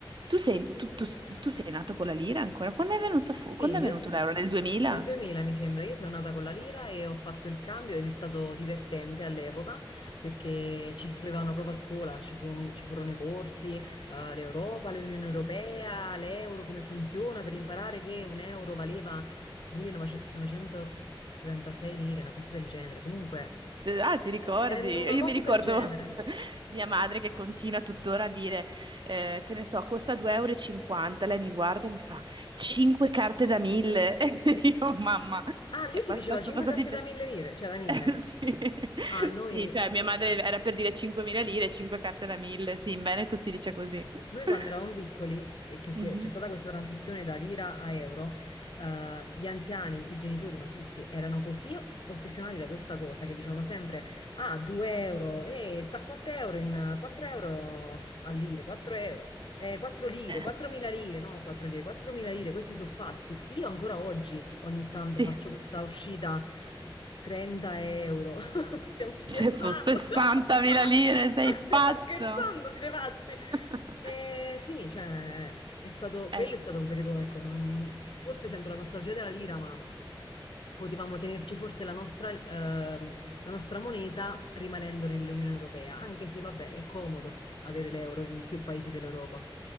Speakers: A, on the right; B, on the left.
A: tu sei, tu- tu- tu sei nato con la lira ancora? Quando è venuta fu-
B: Sì,
A: quando è
B: io
A: venuto
B: so-
A: l'euro? Nel 2000?
B: nel 2000 mi sembra, io sono nata con la lira e ho fatto il cambio ed è stato divertente all'epoca perché ci istruivano proprio a scuola, ci, fu un- ci furono i corsi, eh, l'Europa, l'Unione Europea, l'euro, come funziona per imparare che un euro valeva 1936 lire, una cosa del genere. Comunque,
A: Ah, ti ricordi?
B: è una
A: Io
B: cosa
A: mi ricordo
B: del genere.
A: <laughs> mia madre che continua tuttora a dire, eh, che ne so, costa 2,50 euro. e cinquanta. Lei mi guarda e mi fa 5 carte da 1000. <laughs> E io, mamma,
B: Ah, lì
A: è
B: si
A: passato,
B: diceva 5
A: sono passati...
B: carte
A: ve-
B: da 1000 lire, cioè da 1000.
A: <laughs> Sì.
B: Ah, noi,
A: Sì, cioè mia madre era per dire 5.000 lire, 5 carte da 1000. Sì, in Veneto si dice così.
B: Noi
A: <laughs>
B: quando eravamo piccoli, e che se-
A: Mhm.
B: c'è stata questa transizione da lira a euro, eh, gli anziani, i genitori, ma tutti, erano così ossessionati da questa cosa che dicevano sempre, ah, 2 euro, e sta a 4 euro, in 4 euro a lire, 4 euro, eh, 4 lire,
A: Eh,
B: 4.000 lire, no, 4 lire, 4.000 lire, questi sono pazzi. Io ancora oggi ogni tanto
A: Sì.
B: faccio questa uscita 30 euro, <laughs> stiamo scherzando,
A: Cioè, sono 60.000
B: <laughs> stiamo,
A: lire, sei
B: stiamo
A: pazzo?
B: scherzando, siete pazzi.
A: <laughs>
B: Eh, sì, cioè, è stato, quello
A: Eh,
B: è stato un periodo, ecco, non- forse sento la nostalgia della lira, ma potevamo tenerci forse la nostra, ehm, la nostra moneta rimanendo nell'Unione Europea, anche se, vabbè, è comodo avere l'euro in più paesi dell'Europa.